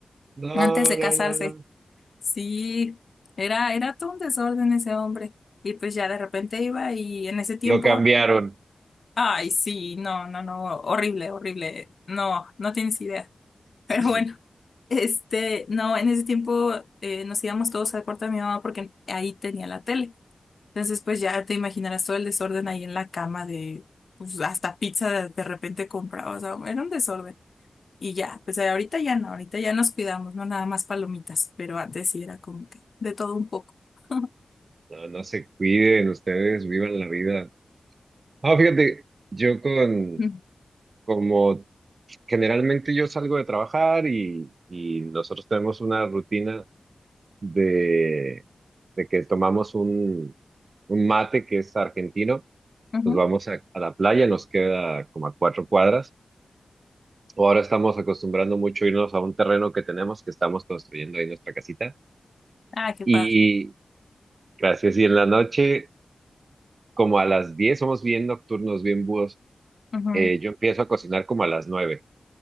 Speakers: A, on the right; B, on the left.
A: No,
B: antes de
A: no,
B: casarse.
A: no, no.
B: Sí, era, era todo un desorden ese hombre. Y pues ya de repente iba y en ese tiempo,
A: Lo cambiaron.
B: ay, sí, no, no, no, horrible, horrible. No, no tienes idea. <laughs> Pero
A: <clears throat>
B: bueno, este, no, en ese tiempo eh, nos íbamos todos al cuarto de mi mamá porque ahí tenía la tele. Entonces, pues ya te imaginarás todo el desorden ahí en la cama de, pues hasta pizza de, de repente compraba. O sea, era un desorden. Y ya, pues eh, ahorita ya no, ahorita ya nos cuidamos, no nada más palomitas, pero antes sí era como que de todo un poco. <laughs>
A: No, no se cuiden, ustedes vivan la vida. Ah, fíjate, yo con,
B: Mm,
A: como generalmente yo salgo de trabajar y, y nosotros tenemos una rutina de, de que tomamos un, un mate que es argentino
B: ujú.
A: nos vamos a, a la playa, nos queda como a cuatro cuadras. O ahora estamos acostumbrando mucho irnos a un terreno que tenemos, que estamos construyendo ahí nuestra casita.
B: Ah, qué
A: Y
B: padre.
A: gracias. Y en la noche, como a las 10, somos bien nocturnos, bien búhos.
B: Ujú.
A: eh, yo empiezo a cocinar como a las 9